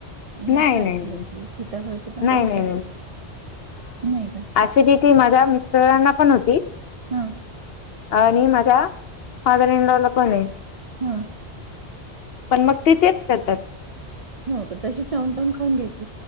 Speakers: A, on the right (about 50°); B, on the left (about 65°).
A: मी
B: नाही
A: असं ऐकलं
B: नाही नाही
A: की सीताफळाचे पण
B: नाही
A: विषारी
B: नाही
A: ' नाही का
B: ती जी टीम माझ्या मिस्टरांना पण होती.
A: हा
B: आणि माझ्या फादर इनलॉला पण आहे.
A: हम्म.
B: पण मग ते तेच करतात.
A: हो का तशी चावून चावून खाऊन घ्यायची